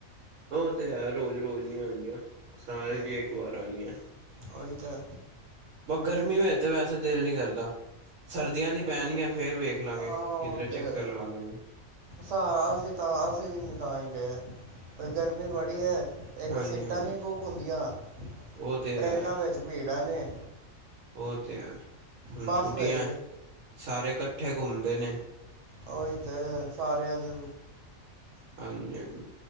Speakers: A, on the right; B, on the right.
A: ਉਹ ਤੇ ਹੈ ਰੋਜ਼ ਰੋਜ਼ ਨ ਆਉਂਦੀਆਂ ਸਾਲ
B: ਹੂੰ
A: ਜ ਇੱਕ ਵਾਰ ਆਣੀ ਹੈ-
B: ਉਹੀ ਤਾਂ
A: ਬ ਗਰਮੀ ਮ ਤੇ ਵੈਸੇ ਦਿਲ ਨੀ ਕਰਦਾ, ਸਰਦੀਆਂ ਦੀ ਪੈਣਗੀਆਂ ਫੇਰ ਵੇਖ। ਲਾਂਗੇ
B: ਉਹ
A: ਕਿੱਧਰੇ
B: ਤੇ
A: ਚੱਕਰ
B: ਹੈਗਾ
A: ਲਵਾ ਲਾਂਗੇ।
B: ਹਾਂ ਅਸੀਂ ਤਾਂ ਅਸੀਂ ਵੀ ਨਹੀਂ ਤਾਂ ਹੀ ਗਏ, ਗਰਮੀ ਬੜੀ ਹੈ। ਇੱਕ
A: ਹਾਂਜੀ
B: ਸੀਟਾਂ
A: ਹਾਂਜੀ
B: ਨਹੀਂ ਬੁੱਕ ਹੁੰਦੀਆਂ,
A: ਉਹ ਤੇ
B: ਟਰੇਨਾਂ
A: ਹੈ
B: ਵਿੱਚ ਭੀੜਾਂ ਨੇ।
A: ਉਹ ਤੇ ਹੈ, ਹੁਣ
B: ਬੱਸ
A: ਛੁੱਟੀਆਂ
B: ਵਿੱਚ
A: ਸਾਰੇ ਇਕੱਠੇ ਘੁੰਮਦੇ ਨੇ।
B: ੳਹੀ ਤੇ ਸਾਰਿਆਂ ਦੀ।
A: ਹਾਂਜੀ-ਹਾਂਜੀ।